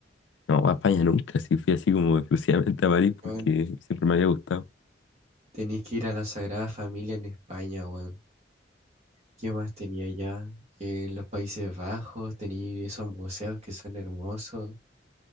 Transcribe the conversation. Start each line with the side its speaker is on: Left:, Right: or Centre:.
Left: No, a España nunca, sí fui así como <laughs> exclusivamente a París porque
Right: Weón,
Left: siempre me había gustado.
Right: tenés que ir a la Sagrada Familia en España, weón. ¿Qué más tenía allá? En los Países Bajos tenía esos museos que son hermosos.